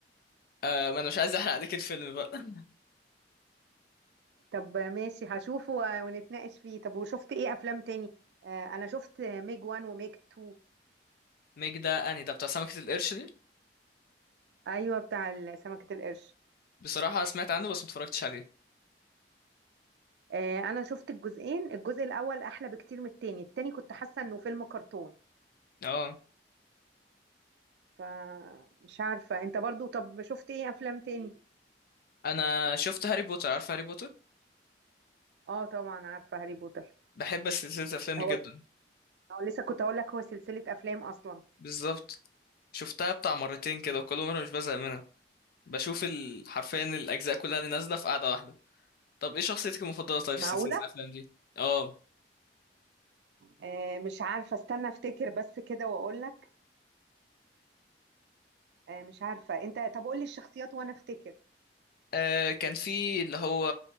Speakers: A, on the left; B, on the right.
A: آه ما انا مش عايز احرق عليك الفيلم بقى <laughs>
B: طب آه، ماشي هشوفه و- ونتناقش فيه طب وشفت ايه افلام تاني آه، انا شفت آه، ميج وان وميج تو
A: ميج ده اني ده بتاع سمكة القرش دي
B: ايوه بتاع ال- سمكة القرش
A: بصراحة سمعت عنه بس ما اتفرجتش عليه
B: آه، انا شفت الجزئين الجزء الاول احلى بكتير من التاني التاني كنت حاسة انه فيلم كرتون
A: اه
B: فمش عارفة انت برضو طب شفت ايه افلام تاني
A: انا شفت هاري بوتر عارف هاري بوتر
B: اه طبعا عارفة هاري بوتر
A: بحب سلسلة الأفلام دي
B: هو
A: جدا
B: هو لسه كنت هقول لك هو سلسلة افلام اصلا
A: بالظبط شفتها بتاع مرتين كده وكل مرة مش بزهق منها بشوف ال- حرفيا الأجزاء كلها اللي نازلة في قعدة واحدة طب إيه شخصيتك المفضلة طيب
B: معقولة
A: في سلسلة الأفلام دي؟ آه
B: آه، مش عارفة استنى افتكر بس كده واقول لك آه، مش عارفة انت طب قول لي الشخصيات وانا افتكر
A: آه، كان في اللي هو